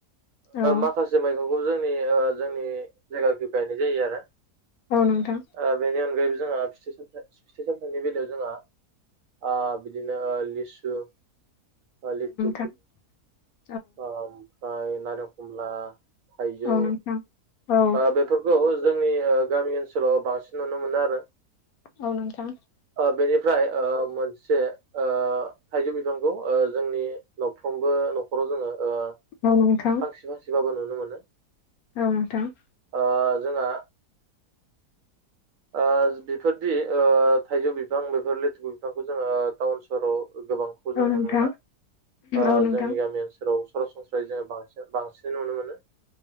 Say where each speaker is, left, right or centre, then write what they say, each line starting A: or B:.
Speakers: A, on the left; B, on the right.
A: औ
B: माखासे मैगं उ जोंनि ओ जोंनि जायगाखै गायनाय जायो आरो
A: औ नोंथां
B: ओ बेनि अनगायैबो जोंहा फिथाइ सामथाइ फिथाइ सामथाइनि बेलायाव जोंहा आ बिदिनो लिसु बा लिथु
A: <unintelligible>
B: आ ओमफ्राय नारेंखमला थायजौ
A: औ नोंथां औ
B: आ बेफोरखौ जोंनि ओ गामि ओनसोलाव बांसिन नुनो मोनो आरो ।
A: औ नोंथां ।
B: आ बेनिफ्राय ओ मोनसे ओ थाइजौ बिफांखौ ओ जोंनि न'फ्रोमबो न खराव जोङो औ
A: औ नोंथां
B: फांसे फांसेबाबो नुनो मोनो ।
A: औ नोंथां ।
B: आ जोंहा आज बेफोरदि ओ थाइजौ बिफां बेफोर लेथुगु बिफांखौ जोङो टाउन सहराव गोबांखौ जों
A: औ नोंथां
B: नुनो मोना आ
A: औ नोंथां
B: जोंनि गामि ओनसोलाव सरासनस्रायै जोङो बांसि-बांसिन नुनो मोनो